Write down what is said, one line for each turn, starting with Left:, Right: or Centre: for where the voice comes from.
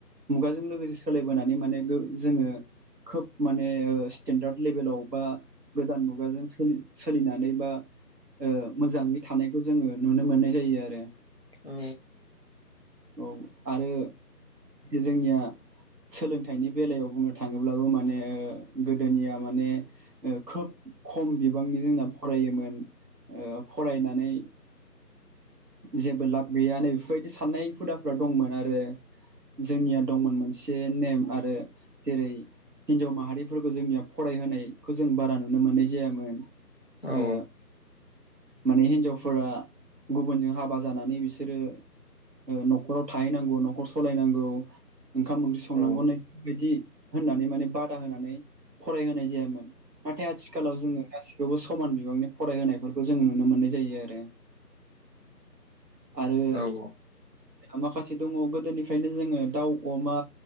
Right: मुगाजों लोगोसे सोलायबोनानै माने गो जोङो खोब माने स्टेेनडार्द लेभेलाव बा गोदान मुगाजों सोलि-सोलिनानै बा मोजाङै थानायखौ जोङो नुनो मोननाय जायो आरो
Left: औ।
Right: औ आरो जोंनिया सोलोंथाइनि बेलायाव बुंनो थाङोब्लाबो माने गोदोनिया माने खोब खम बिबांनि जोंना फरायोमोन। फरायनानै। जेबो लाब गैया नै बेफोरबायदि साननाय हुदाफ्रा दंमोन आरो जोंनिया दंमोन मोनसे नेम आरो जेरै हिनजाव माहारिफोरखौ जोंनिया फरायहोनायखौ जों बारा नुनो मोननाय जायामोन।
Left: औ
Right: ओ माने हिन्जावफोरा गुबुनजों हाबा जानानै बिसोरो न'खराव थाहैनांगौ न'खर सालायनांगौ। ओंखाम ओंख्रि संनांगौ
Left: औ
Right: नि बेबायदि होननानै माने बादा होनानै फरायहोनाय जायामोन। नाथाय आथिखालाव जोङो गासिखौबो समान बिबांनि फरायहोनायफोरखौ जोङो नुनो मोननाय जायो आरो। आरो
Left: औ
Right: माखासे दङ गोदोनिफ्रायनो जोङो दाउ अमा